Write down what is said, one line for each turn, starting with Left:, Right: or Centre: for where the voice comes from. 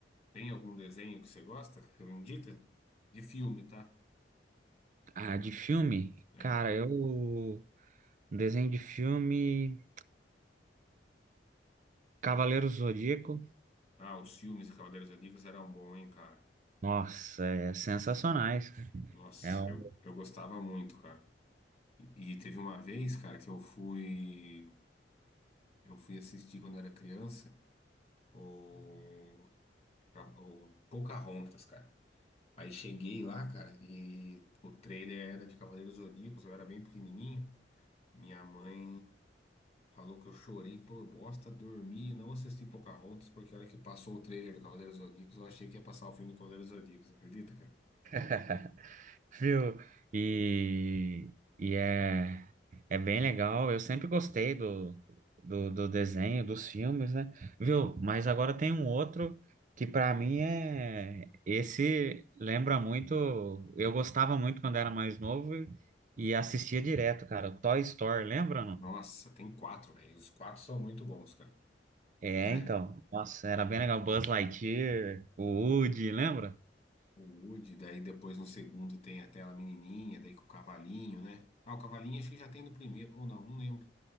Left: Tem algum desenho que você gosta, que você me indica? De filme, tá?
Right: Ah, de filme,
Left: É.
Right: cara, eu desenho de filme Cavaleiro do Zodíaco.
Left: Ah, os filmes de Cavaleiros do Zodíaco eram bons, hein, cara?
Right: Nossa, é sensacionais.
Left: Nossa,
Right: É um
Left: eu, eu gostava muito, cara. E, e teve uma vez, cara, que eu fui eu fui assistir quando era criança o, a- o Pocahontas, cara. Aí cheguei lá, cara, e o trailer era de Cavaleiros Zodíacos, eu era bem pequenininho. Minha mãe falou que eu chorei por bosta, dormi e não assisti Pocahontas, porque a hora que passou o trailer do Cavaleiros Zodíacos, eu achei que ia passar o filme do Cavaleiros Zodíacos, acredita, cara?
Right: <laughs> viu? E, e é, é bem legal. Eu sempre gostei do, do, do desenho, dos filmes, né? Viu? Mas agora tem um outro que pra mim é. Esse lembra muito. Eu gostava muito quando era mais novo e assistia direto, cara. O Toy Story, lembra, não?
Left: Nossa, tem quatro, velho. Os quatro são muito bons, cara,
Right: É,
Left: né?
Right: então. Nossa, era bem legal. Buzz Lightyear, o Woody, lembra?
Left: O Woody, daí depois no segundo tem até a menininha, daí com o cavalinho, né? Ah, o cavalinho acho que já tem no primeiro, ou não, não lembro.